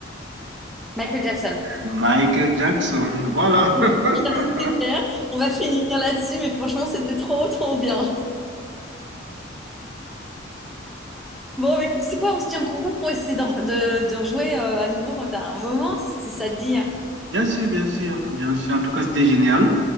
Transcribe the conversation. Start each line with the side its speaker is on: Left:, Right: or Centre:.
Centre: Michael Jackson.
Right: Michael Jackson, voilà.
Centre: <laughs>
Right: <laughs>
Centre: Super, on va finir là-dessus, mais franchement, c'était trop, trop bien. Bon, bah, écoute, c'est quoi? On se tient au courant pour essayer de, de, de rejouer euh, à nouveau quand t'as un moment, si ça te dit.
Right: Bien sûr, bien sûr, bien sûr. En tout cas, c'était génial.